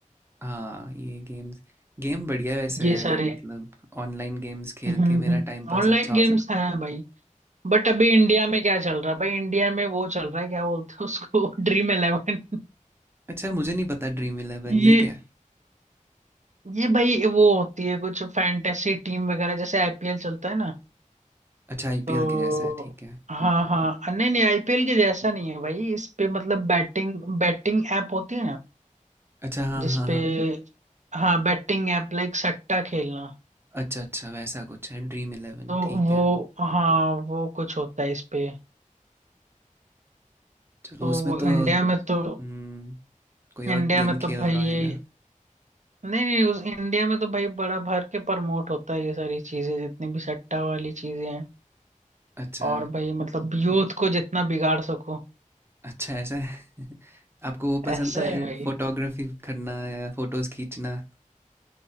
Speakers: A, on the right; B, on the right.
A: हाँ ये गेम्स गेम बढ़िया है वैसे
B: ये सारे
A: मतलब ऑनलाइन गेम्स खेल
B: ऑनलाइन
A: के मेरा टाइम पास अच्छा हो
B: गेम्स
A: सकता
B: हैं
A: है
B: भाई बट अभी इंडिया में क्या चल रहा है भाई इंडिया में वो चल रहा है क्या बोलते हैं उसको <laughs> ड्रीम इलेवन
A: अच्छा मुझे नहीं पता ड्रीम इलेवन ये
B: ये
A: क्या है
B: ये भाई वो होती है कुछ फैंटेसी टीम वगैरह जैसे आईपीएल चलता है ना
A: अच्छा आईपीएल
B: तो
A: के जैसा है ठीक है
B: हाँ हाँ नहीं नहीं आईपीएल के जैसा नहीं है भाई इस पे मतलब बैटिंग बैटिंग ऐप होती है ना
A: अच्छा हाँ
B: जिसपे
A: हाँ हाँ
B: हाँ बैटिंग ऐप लाइक सट्टा खेलना
A: अच्छा अच्छा वैसा कुछ है ड्रीम इलेवन
B: तो
A: ठीक
B: वो
A: है
B: हाँ वो कुछ होता है इस पे
A: चलो
B: तो
A: उसमें
B: वो
A: तो
B: इंडिया में तो
A: हम्म, कोई
B: इंडिया
A: और गेम
B: में तो
A: खेल
B: भाई
A: रहा
B: ये
A: होगा
B: नहीं नहीं उस इंडिया में तो भाई बड़ा भर के प्रमोट होता है ये सारी चीजें जितनी भी सट्टा वाली चीजें हैं
A: अच्छा
B: और भाई मतलब यूथ को जितना बिगाड़ सको
A: अच्छा ऐसा है <laughs> आपको वो पसंद
B: ऐसा
A: है
B: ही भाई
A: फोटोग्राफी करना या फोटोज खींचना